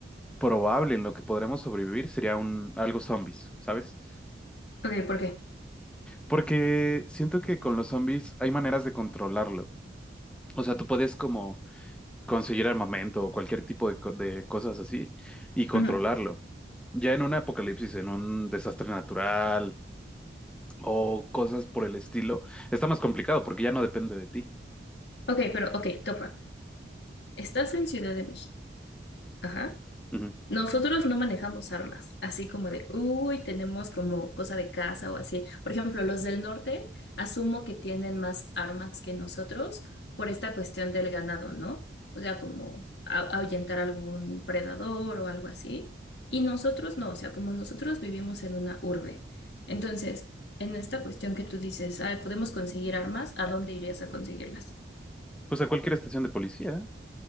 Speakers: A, in the centre; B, on the left.
A: probable en lo que podremos sobrevivir sería un algo zombies, ¿sabes?
B: Ok, ¿por qué?
A: Porque siento que con los zombies hay maneras de controlarlo. O sea, tú puedes como conseguir armamento o cualquier tipo de, co- de cosas así y controlarlo.
B: Ujú.
A: Ya en un apocalipsis, en un desastre natural o cosas por el estilo, está más complicado porque ya no depende de ti.
B: Ok, pero, ok, topa. Estás en Ciudad de México. Ajá.
A: Ujú.
B: Nosotros no manejamos armas, así como de, uy, tenemos como cosa de casa o así. Por ejemplo, los del norte asumo que tienen más armas que nosotros por esta cuestión del ganado, ¿no? O sea, como a- ahuyentar algún predador o algo así. Y nosotros no, o sea, como nosotros vivimos en una urbe. Entonces, en esta cuestión que tú dices, "Ay, podemos conseguir armas, ¿a dónde irías a conseguirlas?
A: Pues a cualquier estación de policía,